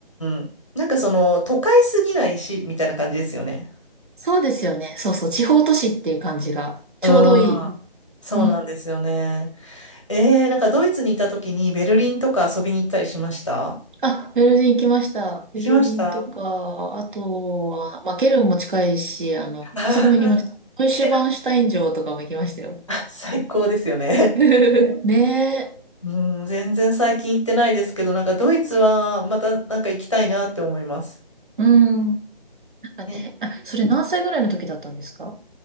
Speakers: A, on the left; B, on the right.
A: ん。なんかその、都会すぎないし、みたいな感じですよね。
B: そうですよね。そうそう、地方都市っていう感じがちょうどいい。
A: うん。そうなんですよね。
B: うん
A: えー、なんかドイツにいた時にベルリンとか遊びに行ったりしました
B: あ、ベルリン行きました。ベルリンとか、
A: 行きましたあ
B: あとは、まあ、ケルンも近いし、あの、
A: あー、
B: あそこも行きました。ノイシュバンシュタイン城とかも行きましたよ。
A: ケルン。あ最高ですよね。
B: <laughs> ねえ。
A: うん、全然最近行ってないですけど、なんかドイツはまたなんか行きたいなって思います。
B: うん。なんかね、
A: え、
B: あ、それ何歳ぐらいの時だったんですか